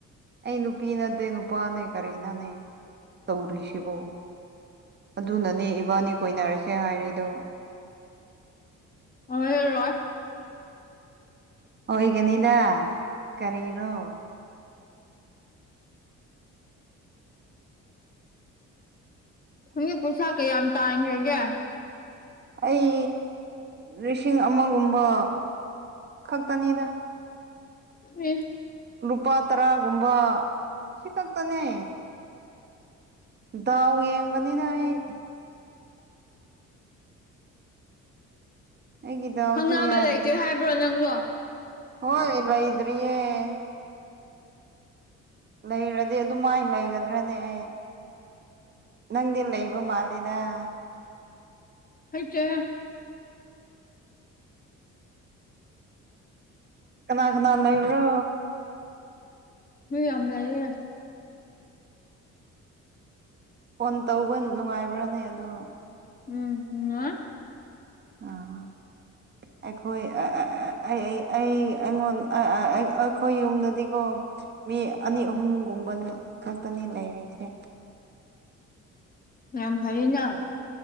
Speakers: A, on the right (about 35°); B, on the left (about 30°).
A: ꯑꯩ ꯅꯨꯄꯤ ꯅꯠꯇꯦ ꯅꯨꯄꯥꯅꯦ ꯀꯔꯤꯅꯣꯅꯦ ꯇꯧꯔꯤꯁꯤꯕꯣ ꯫ ꯑꯗꯨꯅꯅꯦ ꯏꯕꯥꯅꯤ ꯀꯣꯏꯅꯔꯁꯦ ꯍꯥꯏꯔꯤꯗꯣ ꯫
B: ꯑꯣꯏꯔꯔꯣꯏ
A: ꯑꯣꯏꯒꯅꯤꯗ ꯀꯔꯤꯔꯣ ꯫
B: ꯗꯤ ꯄꯩꯁꯥ ꯀꯌꯥꯝ ꯇꯥꯡꯈ꯭ꯔꯒꯦ ꯫
A: ꯑꯩ ꯂꯤꯁꯤꯡ ꯑꯃꯒꯨꯝꯕ ꯈꯛꯇꯅꯤꯗ ꯫
B: ꯑꯦ
A: ꯂꯨꯄꯥ ꯇꯔꯥꯒꯨꯝꯕ ꯁꯤꯈꯛꯇꯅꯦ ꯗꯥꯎ ꯌꯦꯡꯕꯅꯤꯗ ꯑꯩ ꯫ ꯑꯩꯒꯤ ꯗꯥꯎꯁꯤ
B: ꯈꯪꯅꯕ
A: ꯌꯥꯗ꯭ꯔꯦ
B: ꯂꯩꯇꯦ ꯍꯥꯏꯕ꯭ꯔꯣ ꯅꯪꯗꯣ ꯫
A: ꯍꯣꯏ ꯂꯩꯗ꯭ꯔꯤꯌꯦ ꯫ ꯂꯩꯔꯗꯤ ꯑꯗꯨꯃꯥꯏꯅ ꯂꯩꯒꯗ꯭ꯔꯅꯦ ꯑꯩ ꯅꯪꯗꯤ ꯂꯩꯕ ꯃꯥꯂꯦꯗ ꯫
B: ꯂꯩꯇꯦꯍꯦ
A: ꯀꯅꯥ ꯀꯅꯥ ꯂꯩꯕ꯭ꯔꯣ
B: ꯑꯗꯨ ꯌꯥꯝ ꯂꯩꯌꯦ
A: ꯐꯣꯟ ꯇꯧꯕ ꯅꯨꯡꯉꯥꯏꯕ꯭ꯔꯥꯅꯦ ꯑꯗꯣ
B: ꯎꯝ ꯅꯨꯡꯉꯥꯏ
A: ꯑꯥ ꯑꯩꯈꯣꯏ ꯑ ꯑ ꯑ ꯑꯩ ꯑꯩꯉꯣꯟ ꯑꯑ ꯑꯩꯈꯣꯏ ꯌꯨꯝꯗꯗꯤꯀꯣ ꯃꯤ ꯑꯅꯤ ꯑꯍꯨꯝꯒꯨꯝꯕ ꯈꯛꯇꯅꯤ ꯂꯩꯔꯤꯁꯦ
B: ꯌꯥꯝ ꯐꯩꯅ